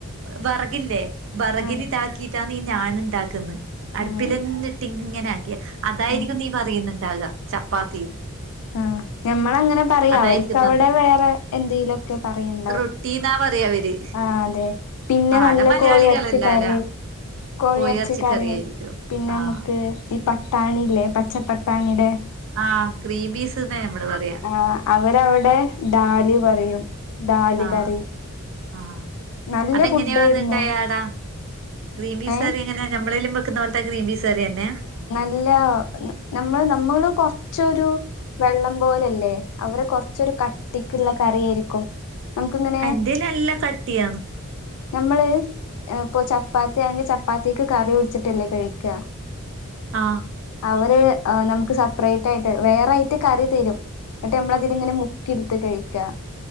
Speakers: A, on the right (about 55°); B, on the left (about 85°).
A: വിറകില്ലേ വിറകിൽതാക്കി
B: ആഹ്
A: ഇട്ടാ ഞാണ് ഉണ്ടാക്കന്ന് അടുപ്പില
B: ആഹ്
A: എന്നിട്ട് ഇങ്ങനെ ആക്കിയ അതായിരിക്കും
B: ആഹ്
A: നീ പറയുന്നുണ്ടാവുക ചപ്പാത്തിന്ന്
B: ആ ഞമ്മള അങ്ങനെ പറയാ
A: അതായിരിക്കും
B: അവർക്ക് അവിടെ വേറെ എന്തെങ്കിലും ഒക്കെ പറയും
A: റൊട്ടി ന്നാ പറയാവര്
B: ആ അതെ പിന്നെ
A: ആടെ
B: നല്ല
A: മലയാളികളല്ലാലാ
B: കോഴി ഇറച്ചി കറി കോഴി
A: കോഴിയെറച്ചിക്കറിയായിരിക്കും
B: ഇറച്ച കറി പിന്നെ
A: ആഹ്
B: നമക്ക് ഈ പട്ടാണില്ലേ പച്ചപ്പട്ടാണിയുടെ
A: ആഹ് ക്രീബീസ്ന്നാ നമ്മള് പറയാ
B: ആഹ് അവരവിടെ ദാല് പറയും ഡാല്
A: ആഹ്
B: കറി
A: ആഹ്
B: നല്ല
A: അതെങ്ങനെയാണ്ടായ
B: ഫുഡായിരുന്നു
A: ആടാ ഗ്രീമ്പിസകറി
B: ഏഹ്
A: എങ്ങനെ നമ്മളെലു വെക്കുന്നത്തെ ഗ്രീബീസാറിയന്നെ
B: അല്ല നമ്മള് നമ്മള് കൊറച്ചൊരു വെള്ളപോലല്ലേ അവരെ കൊറച്ചൊരു കട്ടിക്കുള്ള കറിയായിരിക്കും നമുക്കിങ്ങനെ
A: എൻ്റെല്ലോ നല്ലകട്ടിയാന്ന്
B: നമ്മള് പ്പോ ചപ്പാത്തിയാണെങ്കിൽ ചപ്പാത്തിക്ക് കറി ഒടിച്ചിട്ടല്ലേ കഴിക്കുക
A: ആഹ്
B: അവര് നമ്മക്ക് സെപ്രയിറ്റായിറ്റ് വേറെ ആയിട്ട് കറി തരും ന്നട്ട് നമ്മളതലിങ്ങനെ മുക്കിയെടുത്ത് കഴിക്കാ